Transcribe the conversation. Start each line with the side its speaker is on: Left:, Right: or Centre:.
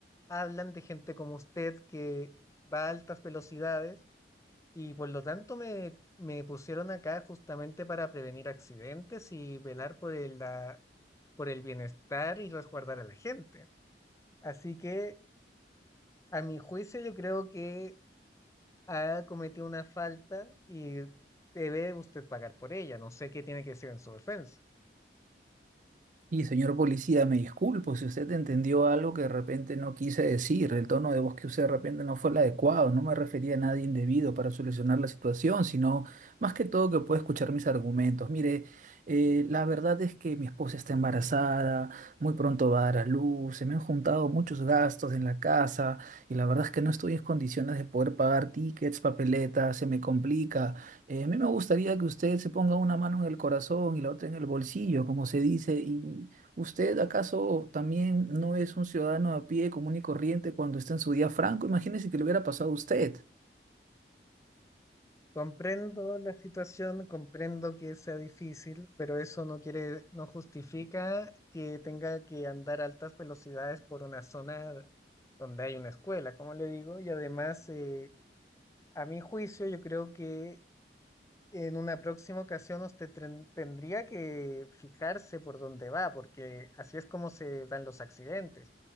Left: hablan de gente como usted que va a altas velocidades y por lo tanto me, me pusieron acá justamente para prevenir accidentes y velar por el, la- por el bienestar y resguardar a la gente. Así que a mi juicio yo creo que ha cometido una falta y debe usted pagar por ella. No sé qué tiene que decir en su defensa.
Right: Y señor policía, me disculpo si usted entendió algo que de repente no quise decir. El tono de voz que usé de repente no fue el adecuado. No me refería a nada indebido para solucionar la situación, sino más que todo que pueda escuchar mis argumentos. Mire, eh, la verdad es que mi esposa está embarazada, muy pronto va a dar a luz, se me han juntado muchos gastos en la casa y la verdad es que no estoy en condiciones de poder pagar tickets, papeletas, se me complica. Eh, a mí me gustaría que usted se ponga una mano en el corazón y la otra en el bolsillo, como se dice. ¿Y usted acaso también no es un ciudadano a pie común y corriente cuando está en su día franco? Imagínese que le hubiera pasado a usted.
Left: Comprendo la situación, comprendo que sea difícil, pero eso no quiere, no justifica que tenga que andar a altas velocidades por una zona donde hay una escuela, como le digo, y además, eh, a mi juicio, yo creo que en una próxima ocasión usted tren- tendría que fijarse por dónde va, porque así es como se dan los accidentes.